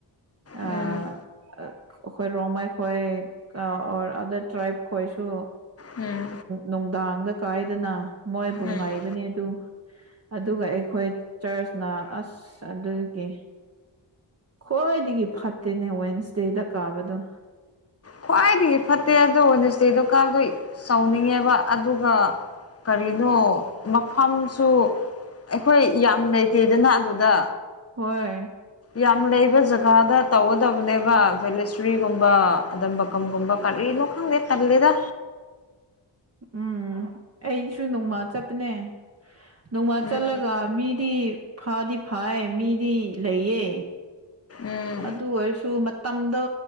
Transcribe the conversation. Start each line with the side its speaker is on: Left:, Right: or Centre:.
Right: ꯑꯩꯈꯣꯏ
Left: ꯎꯝ
Right: ꯔꯣꯃꯥꯏ ꯈꯣꯏ ꯑꯣꯔ ꯑꯗꯔ ꯇ꯭ꯔꯥꯏꯕ ꯈꯣꯏꯁꯨ
Left: ꯎꯝ
Right: ꯅꯨꯡꯗꯥꯡꯗ ꯀꯥꯏꯗꯅ ꯃꯣꯏꯕꯨ
Left: ꯎꯝ
Right: ꯉꯥꯏꯕꯅꯦ ꯑꯗꯨ ꯑꯗꯨꯒ ꯑꯩꯈꯣꯏ ꯆꯔꯆꯅ ꯑꯁ ꯑꯗꯨꯒꯤ ꯈ꯭ꯣꯏꯏꯗꯒꯤ ꯐꯠꯇꯦꯅꯦ ꯋꯦꯟꯁꯗꯦꯗ ꯀꯥꯕꯗꯣ
Left: ꯈ꯭ꯋꯥꯏꯗꯒꯤ ꯐꯠꯇꯦ ꯑꯗꯨꯣ ꯁꯦ ꯗꯨꯀꯥꯟꯗꯣ ꯁꯥꯎꯅꯤꯡꯉꯦꯕ ꯑꯗꯨꯒ ꯀꯔꯤꯅꯣ ꯃꯐꯝꯁꯨ ꯑꯩꯈꯣꯏ ꯌꯥꯝ ꯂꯩꯇꯦꯗꯅ ꯑꯗꯨꯗ꯫
Right: ꯍꯣꯏ꯫
Left: ꯌꯥꯝ ꯂꯩꯕ ꯖꯒꯥꯗ ꯇꯧꯒꯗꯕꯅꯦꯕ ꯚꯦꯂꯁꯇ꯭ꯔꯤꯒꯨꯝꯕ ꯑꯗꯨꯝꯕ ꯀꯝꯒꯨꯝꯕꯥ ꯀꯔꯤꯅ ꯈꯪꯗꯦ ꯇꯟꯂꯦꯗ꯫
Right: ꯎꯝ ꯑꯩꯁꯨ ꯅꯣꯡꯃ ꯆꯠꯄꯅꯦ꯫ ꯅꯣꯡꯃ
Left: ꯎꯝ
Right: ꯆꯠꯂꯒ ꯃꯤꯗꯤ ꯐꯥꯗꯤ ꯐꯥꯏ ꯃꯤꯗꯤ ꯂꯩꯌꯦ꯫
Left: ꯎꯝ
Right: ꯑꯗꯨ ꯑꯣꯏꯔꯁꯨ ꯃꯇꯝꯗꯣ